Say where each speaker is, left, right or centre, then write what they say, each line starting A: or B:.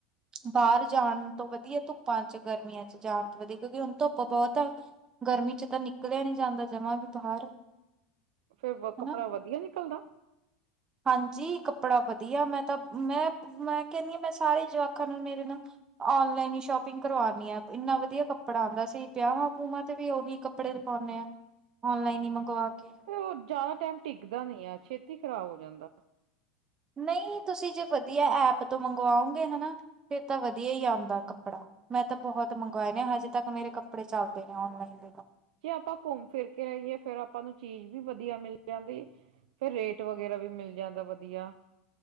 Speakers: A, on the right; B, on the right.
A: ਬਾਹਰ ਜਾਣ ਤੋਂ ਵਧੀਆ ਧੁੱਪਾਂ। ਗਰਮੀਆਂ ਚ ਜਾਣ ਤੋ ਵਧੀਆ ਕਿਉਂਕਿ ਹੁਣ ਧੁੱਪ ਬਹੁਤ ਆ। ਗਰਮੀ ਚ ਤਾਂ ਨਿਕਲਿਆ ਨਹੀਂ ਜਾਂਦਾ ਜਮਾਂ ਵੀ ਬਾਹਰ।
B: ਫੇਰ
A: ਹਨਾ
B: ਕੱਪੜਾ ਵਧੀਆ ਨਿਕਲਦਾ।
A: ਹਾਂਜੀ ਕੱਪੜਾ ਵਧੀਆ ਮੈਂ ਤਾਂ ਮੈਂ। ਮੈਂ ਕਹਿੰਦੀ ਹਾਂ ਮੈਂ ਸਾਰੇ ਜਵਾਕਾਂ ਨੂੰ ਮੇਰੇ ਨੂੰ ਔਨਲਾਈਨ ਹੀ ਸ਼ੋਪ। ਸ਼ਾਪਿੰਗ ਕਰਵਾਉਣੀ ਆਂ ਇੰਨਾ ਵਧੀਆ ਕੱਪੜਾ ਆਉਂਦਾ ਅਸੀਂ ਵਿਆਹਾਂ ਵੂਆ ਤੇ ਵੀ ਉਹੀ ਕੱਪੜੇ ਪਾਉਂਦੇ ਆ। ਔਨਲਾਈਨ ਹੀ ਮੰਗਵਾ ਕੇ
B: ਫਿਰ ਉਹ ਜ਼ਿਆਦਾ ਟਾਈਮ ਟਿੱਕਦਾ ਨੀ ਆ ਛੇਤੀ ਖ਼ਰਾਬ ਹੋ ਜਾਂਦਾ।
A: ਨਹੀਂ ਤੁਸੀਂ ਜੇ ਵਧੀਆ ਐਪ ਤੋਂ ਮੰਗਵਾਓਗੇ ਹੈ ਨ ਫਿਰ ਤਾਂ ਵਧੀਆ ਹੀ ਆਉਂਦਾ ਕੱਪੜਾ ਮੈਂ ਤਾਂ ਬਹੁਤ ਮੰਗਵਾਏ ਨੇ ਹਜੇ ਤੱਕ ਮੇਰੇ ਕੱਪੜੇ ਚੱਲਦੇ ਨੇ ਔਨਲਾਈਨ ਦੇ
B: ਜੇ ਆਪਾਂ ਘੁੰਮ ਫਿਰ ਕੇ ਆਇਏ ਫੇਰ ਆਪਾਂ ਨੂੰ ਚੀਜ਼ ਵੀ ਵਧੀਆ ਮਿਲ ਜਾਂਦੀ। ਫਿਰ ਰੇਟ ਵਗੈਰਾ ਵੀ ਮਿਲ ਜਾਂਦਾ ਵਧੀਆ।